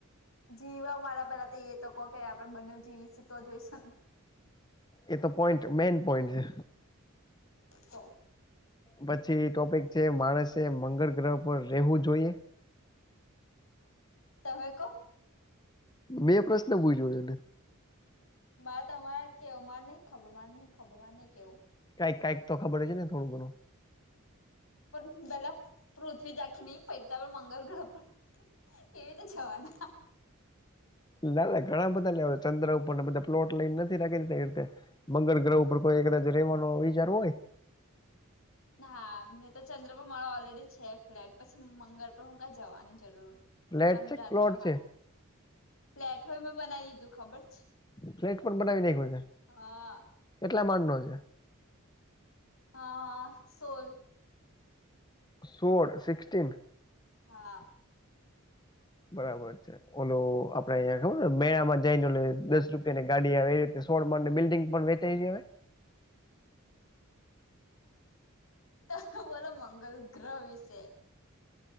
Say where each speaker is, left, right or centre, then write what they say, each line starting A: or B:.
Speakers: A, on the left; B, on the left.
A: જીવવા મારા પેલા તો એ તો કહ કે આપણેે બંને જીવીશ તો જોઈશું ને
B: એ તો પોઈન્ટ મેન પોઈન્ટ છે.
A: તો
B: પછી ટોપિક છે માણસે મંગળ ગ્રહ પર રહેવું જોઈએ?
A: તમે કો
B: મેં પ્રશ્ન પૂછ્યો એને
A: વાત અમારે કેવું માં નહી ખબર માં નહીં ખબર માં નહ કેવું
B: કાઈક કાઈક તો ખબર છે ને થોડું ઘણુ
A: પણ પેલા પૃથ્વી જખી નહી ફરીતા પણ મંગલ ગ્રહ પણ કેવી રીતે જવાના
B: ના ના ઘણા બધા લેવા ચંદ્ર ઉપરને બધા પ્લોટ લઈને નથી રાખી એ રીતે મંગલ ગ્રહ ઉપર કોઈ એકદાજ રવાનો વિચાર હોય
A: હા મેં તો ચંદ્રપુર મારા ઓલરેડી છે ફ્લેટ પછી મંગળ પર હું કઈ જવાની જરૂર
B: ફ્લેટ
A: ચંદ્ર
B: છે
A: એટલો
B: પ્લોટ
A: હાલ
B: છે
A: ફ્લેટ હોય મેં બનાવી દીધું ખબર છે.
B: ફ્લેટ પણ બનાવી નાખ્યું છે
A: હા
B: કેટલા માડ નો છે
A: હા સોલ
B: સોડ સિક્સટીન?
A: હા
B: બરાબર છે ઓલો આપડે અહંયા ખબર મેળામાં જઈને ઓલે દસ રૂપિયા ની ગાડી આવે એ રીતે છોડ બિલ્ડિંગ પણ વેચાઈ દેવાય
A: તમે બોલો મંગલ ગ્રહ વિશે